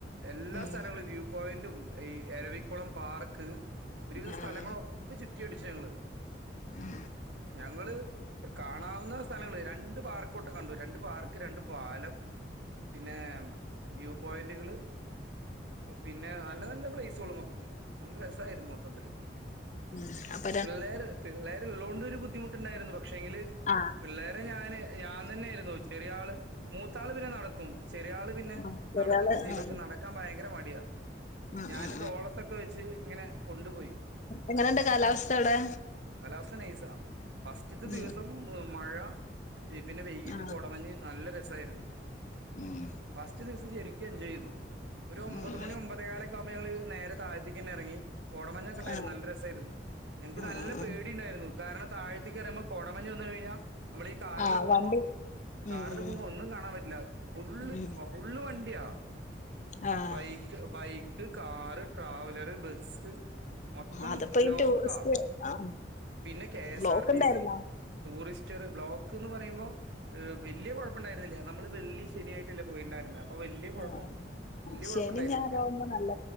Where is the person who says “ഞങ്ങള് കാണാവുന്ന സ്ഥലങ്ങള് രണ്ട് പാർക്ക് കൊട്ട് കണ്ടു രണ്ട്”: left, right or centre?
Right